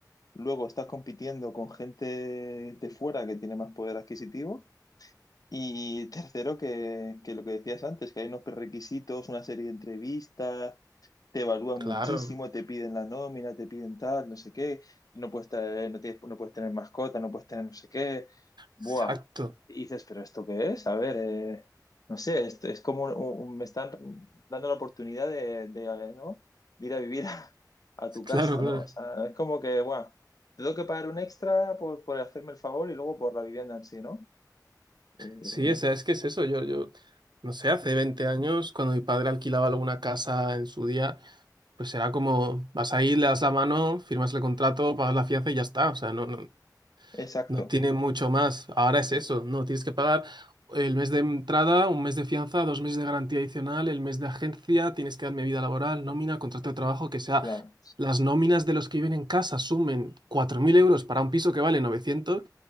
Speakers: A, on the left; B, on the right.
A: luego estás compitiendo con gente de fuera que tiene más poder adquisitivo. Y tercero, que, que lo que decías antes, que hay unos prerequisitos, una serie de entrevistas, te evalúan
B: claro,
A: muchísimo, te piden la nómina, te piden tal, no sé qué, no puedes traer- no tienes- no puedes tener mascota, no puedes tener no sé qué. Buah.
B: exacto,
A: Y dices, ¿pero esto qué es? A ver, eh, no sé, esto es como un- un- me están dando la oportunidad de, de, eh, ¿no? de ir a vivir a, a tu
B: claro,
A: casa,
B: claro.
A: ¿no? O sea, es como que, buah, tengo que pagar un extra por, por hacerme el favor y luego por la vivienda en sí, ¿no? Eh,
B: Sí, o sea, es que es eso. Yo, yo, no sé, hace 20 años, cuando mi padre alquilaba alguna casa en su día, pues era como, vas ahí, le das la mano, firmas el contrato, pagas la fianza y ya está. O sea, no, no,
A: Exacto,
B: No tiene mucho más. Ahora es
A: es-
B: eso. No, tienes que pagar el mes de entrada, un mes de fianza, dos meses de garantía adicional, el mes de agencia, tienes que darme vida laboral, nómina, contrato de trabajo, que sea.
A: claro,
B: Las nóminas de los que viven en casa sumen 4.000 euros para un piso que vale 900